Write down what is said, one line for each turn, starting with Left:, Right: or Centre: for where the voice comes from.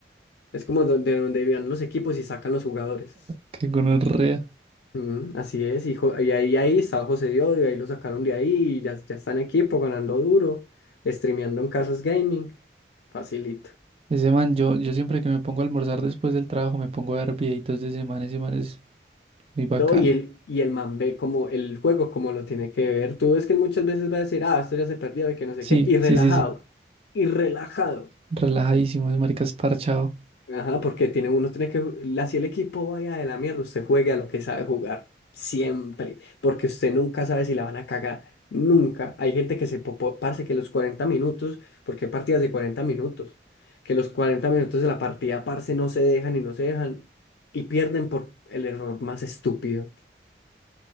Left: es como do- de donde vivían los equipos y sacan los jugadores.
Right: Qué gonorrea.
Left: Mm, así es, y, jo- y ahí, ahí estaba José Diodio, y ahí lo sacaron de ahí y ya, ya está en equipo ganando duro, streameando en Casas Gaming, facilito.
Right: Ese man, yo, yo siempre que me pongo a almorzar después del trabajo me pongo a ver videitos de ese man, ese man es muy bacano.
Left: No, y el, y el man ve como el juego, como lo tiene que ver. Tú ves que él muchas veces va a decir, ah, esto ya se perdió y que no sé
Right: Sí,
Left: qué, y relajado,
Right: sí, sí, sí,
Left: y relajado.
Right: relajadísimo, ese marica es parchado.
Left: Ajá, porque tiene, uno tiene que, así el equipo vaya de la mierda, usted juegue a lo que sabe jugar, siempre, porque usted nunca sabe si la van a cagar, nunca. Hay gente que se popó, parce, que los 40 minutos, porque hay partidas de 40 minutos, que los 40 minutos de la partida, parce, no se dejan y no se dejan, y pierden por el error más estúpido.